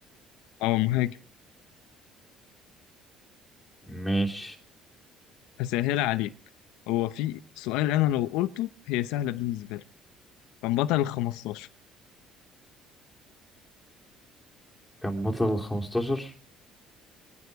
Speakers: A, on the left; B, in the centre.
A: اه مهاجم
B: مش
A: هسهل عليك هو في سؤال أنا لو قلته هي سهلة بالنسبة لك كان بطل ال 15
B: كان بطل الخمستاشر